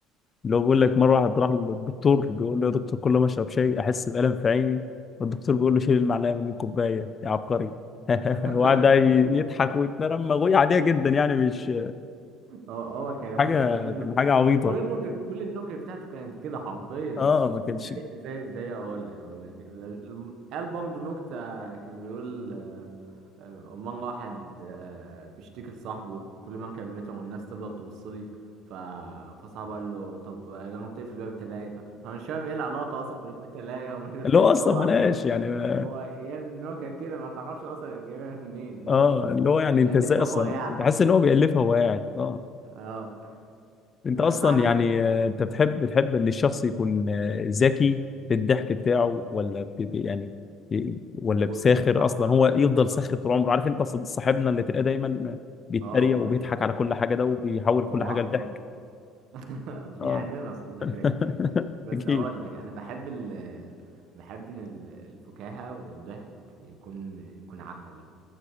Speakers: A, on the left; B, on the right.
A: اللي هو بيقول لك مرة واحد راح للدكتور بيقول له يا دكتور كل ما اشرب شاي احس بألم في عيني والدكتور بيقول له شيل المعلقة من الكوباية يا عبقري <laughs>
B: <laughs>
A: وقعد بقى يضحك ويتنرمغ وهي عادية جدا يعني مش
B: هو هو كان
A: حاجة
B: هو كان كل النكت
A: كان حاجة عبيطة
B: كل النكت كل النكت بتاعته كانت كده حرفيا
A: اه ما كانش
B: زي زي زي اقول لك اقول لك الم- قال برضه نكتة كان بيقول آه، آه، مرة واحد آه، بيشتكي لصاحبه كل ما كلمته والناس تفضل تبص لي ف... فصاحبه قال له طب آه، جرب تقفل باب التلاجة ف- فمش فاهم ايه العلاقة اصلا بين باب التلاجة ومن-
A: اللي هو اصلا
B: هو
A: ملهاش يعني ما...
B: هو جاب النكت كده ما تعرفش اصلا جايبها منين <laughs>
A: اه اللي هو يعني
B: مألفه
A: انت ازاي اصلا
B: هو يعني
A: بحس
B: حرفيا
A: ان هو بيألفها وهو قاعد اه
B: اه
A: انت
B: آه،
A: اصلا
B: ما علينا
A: يعني آه، انت بتحب بتحب ان الشخص يكون آه، ذكي في الضحك بتاعه ولا ب... ب- يعني ب- ولا بساخر
B: بص هو
A: اصلا هو
B: اه
A: يفضل ساخر
B: اه
A: طول عمره عارف انت ص- صاحبنا اللي تلاقيه دايما بيتريق
B: آه،
A: وبيضحك
B: آه، ي-
A: على كل حاجه ده وبيحول كل
B: هو
A: حاجه
B: على
A: لضحك
B: طول <laughs> في
A: اه
B: عندنا اصحابنا
A: <laughs>
B: كده كتير بس اقول
A: اكيد
B: لك انا بحب ال بحب ان ال- الفكاهة والضحك يكون يكون عفوي